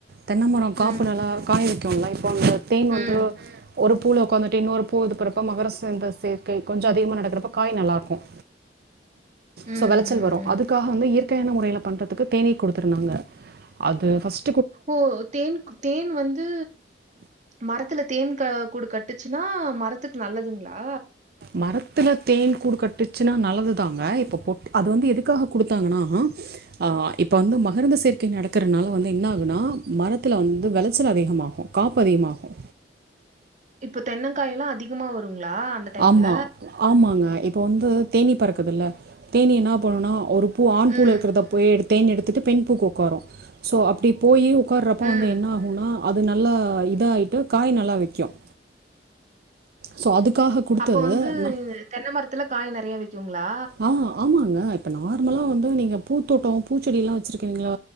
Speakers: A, on the right; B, on the right.
A: தென்னமரம்
B: ம்,
A: காப்பு நல்லா காய வைக்குல இப்போ அந்த தேன்
B: ம், ம்,
A: வந்து ஒரு பூல உக்காந்துட்டு இன்னொரு பூ இருக்குறப்ப மகரசந்த சேர்க்கை கொஞ்சம் அதிகமா நடக்கிறப்ப காய் நல்லாருக்கும்
B: ம்,
A: சோ விளைச்சல் வரும்
B: ம்.
A: அதுக்காக வந்து இயற்கையான முறைல பண்றது தேனீ குடுத்துருந்தாங்க அது ஃபர்ஸ்ட்
B: ஓ தேன் தேன் வந்து மரத்துல தேன் கூடு கட்டுச்சுன்னா மரத்துக்கு நல்லதுங்களா
A: மரத்துல தேன் கூடு கட்டுச்சுன்னா நல்லதுதாங்க இப்ப பொட் அது வந்து எதுக்காக கொடுத்தாங்கன்னா ஆ இப்ப வந்து மகரந்த சேர்க்கை நடக்கிறனால வந்து என்ன ஆகுனா மரத்துல வந்து விளைச்சல் அதிகமாகும் காப்பு அதிகமாகும்
B: இப்ப தென்னங்காயெல்லாம் அதிகமா வருங்களா டைம்ல?
A: ஆமா ஆமாங்க இப்ப வந்து தேனி பறக்குதில்ல தேனி என்ன பண்ணுனா ஒரு பூ ஆண்
B: ம்,
A: பூல இருக்கிறத போய் தேன்‌ எடுத்துட்டு பெண் பூ உக்காரும் சோ அப்டி போயி உக்கார்றப்போ
B: ம்.
A: வந்து என்ன ஆகும்னா அது நல்லா இதாகிட்டு காய் நல்லா வைக்கும் சோ அதுக்காக குடுத்தது
B: அப்ப வந்து
A: நான்
B: தென்ன மரத்துல காய் நிறைய வைக்குங்களா
A: ஆ ஆமாங்க இப்ப நார்மலா வந்து நீங்க பூத்தோட்டம் பூச்செடியல்லாம் வச்சுருக்கீங்கள